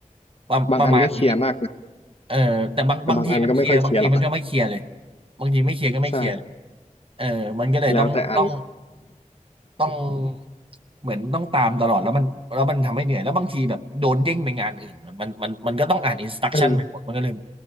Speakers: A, on the right (about 40°); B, on the left (about 50°).
A: ประประมาณนี้
B: บางอันก็เคลียร์มากนะ
A: เออแต่บางบางทีมันเคลียร์บางทีมันก็ไม่เคลียร์เลย
B: แต่บางอันก็ไม่ค่อยเคลียร์หรอก
A: บางทีไม่เคลียร์ก็ไม่เคลียร์
B: ใช่
A: เออมันก็เลยต้องต้อง
B: แล้วแต่อัน
A: ต้องเหมือนต้องตามตลอดแล้วมันแล้วมันทำให้เหนื่อยแล้วบางทีแบบโดนเด้งไปงานอื่นมันมันมันก็ต้องอ่านอินสตรัคชั่นไปหมดมันก็เลย
B: เออ